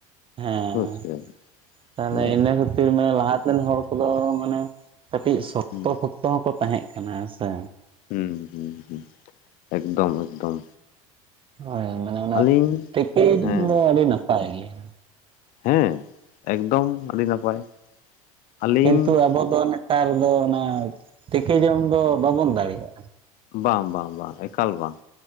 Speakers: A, on the right; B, on the left.
A: ᱦᱮᱸ
B: ᱵᱩᱡᱽ ᱠᱮᱫᱟ ᱵᱤᱱ
A: ᱛᱟᱦᱞᱮ
B: ᱦᱩᱸ
A: ᱤᱱᱟᱹ ᱠᱷᱟᱹᱛᱤᱨ ᱢᱟᱱᱮ ᱞᱟᱦᱟᱛᱮᱱ ᱦᱚᱲ ᱠᱚᱫᱚ ᱢᱟᱱᱮ ᱠᱟᱹᱴᱤᱡ ᱥᱚᱠᱛᱚ-ᱯᱚᱠᱛᱚ
B: ᱦᱩᱸ
A: ᱦᱚᱸᱠᱚ ᱛᱟᱦᱮᱸᱜ ᱠᱟᱱᱟ ᱥᱮ᱾
B: ᱦᱩᱸ ᱦᱩᱸ ᱦᱩᱸ ᱮᱠᱫᱚᱢ ᱮᱠᱫᱚᱢ
A: ᱦᱳᱭ ᱢᱟᱱᱮ ᱚᱱᱟ
B: ᱟᱹᱞᱤᱧ
A: ᱛᱮᱠᱮ ᱡᱚᱢ
B: ᱦᱮᱸ
A: ᱫᱚ ᱟᱹᱰᱤ ᱱᱟᱯᱟᱭ ᱜᱮᱭᱟ᱾
B: ᱦᱮᱸ ᱮᱠᱫᱚᱢ ᱟᱹᱰᱤ ᱱᱟᱯᱟᱭ᱾ ᱟᱹᱞᱤᱧ
A: ᱠᱤᱱᱛᱩ ᱟᱵᱚᱫ ᱫᱚ ᱱᱮᱛᱟᱨ ᱫᱚ ᱚᱱᱟ ᱛᱮᱠᱮ ᱡᱚᱢ ᱫᱚ ᱵᱟᱵᱚᱱ ᱫᱟᱲᱮᱭᱟᱜᱼᱟ᱾
B: ᱵᱟᱝ ᱵᱟᱝ ᱵᱟᱝ ᱮᱠᱟᱞ ᱵᱟᱝ